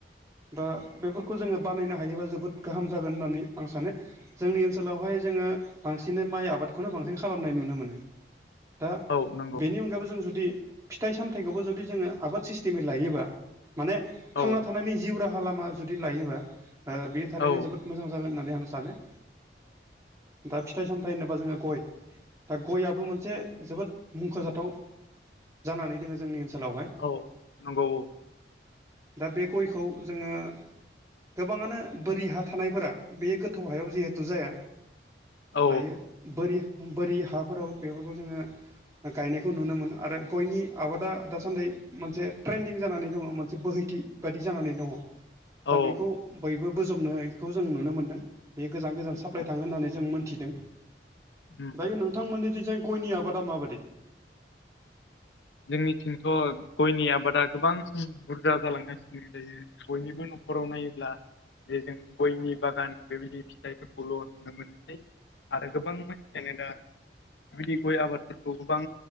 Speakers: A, on the right (about 20°); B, on the left (about 80°).
A: दा बेफोरखौ जोङो बानायनो हायोबा जोबोद गाहाम जागोन होननानै आं सानो जोंनि ओनसोलावहाय जोङो बांसिनै माइ आबादखौनो बांसिन खालामनाय नुनो मोनो दा
B: औ नंगौ
A: बेनि अनगायैबो जों जुदि फिथाइ सामथाइखौबो जुदि जोङो आबाद सिस्टेमै लायोबा माने
B: औ
A: थांना थानायनि जिउ राहा राहा लामा जुदि लायोबा बे थारैनो
B: औ
A: जोबोद मोजां जागोन होननानै आं सानो दा फिथाइ सामथाइ होनोबा जोङो गय दा गयाबो मोनसे जोबोद मुंख'जाथाव जानानै दोङो जोंनि ओनसोलावहाय
B: औ नंगौ औ
A: दा बे गयखौ जोङो गोबाङानो बोरि हा थानायफोरा बे गोथौ हायाव जिहेथु जाया
B: औ
A: दायो बोरि बोरि हाफोराव बेफोरखौ जोङो गायनायखौ नुनो मोनो आरो गयनि आबादा दासान्दि मोनसे ट्रेन्दिं जानानै दङ मोनसे बोहैथि बादि जानानै दङ
B: औ
A: दा बेखौ बयबो बोजबनायखौ जों नुनो मोनदों बे गोजान गोजान साप्लाइ
B: औ
A: थाङो होननानै जों मोन्थिदों
B: उम।
A: दायो नोंथांमोननि दि जाय गयनि आबादा माबायदि
B: जोंनिथिंथ' गयनि आबादा गोबां बुरजा जालांगासिनो दायो बयनिबो न'खराव नायोब्ला जे जों गयनि बागान बेबायदि फिथाइफोरखौल' नुनो मोनसै आरो गोबां मानसियानो दा बिदि गय आबादफोरखौ गोबां